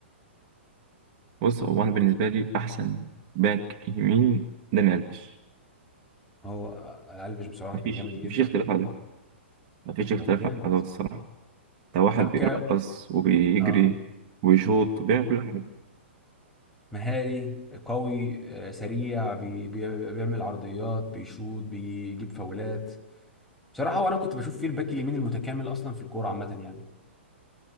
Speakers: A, on the right; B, in the centre.
A: بص هو انا بالنسبه لي احسن باك يمين داني الفيش
B: هو آه، الفيش بصراحه
A: مفيش
B: كان جامد جدا
A: مفيش اختلاف على ده مفيش اختلاف
B: هو جامد
A: على ده الصراحه ده واحد
B: طب
A: بيرقص
B: ك
A: وبيجري
B: اه
A: ويشوط وبيعمل كل حاجه
B: مهاري قوي آه، سريع بي... بي... بيعمل عرضيات بيشوط بيجيب فاولات بصراحه وانا كنت بشوف فيه الباك اليمين المتكامل اصلا في الكوره عامه يعني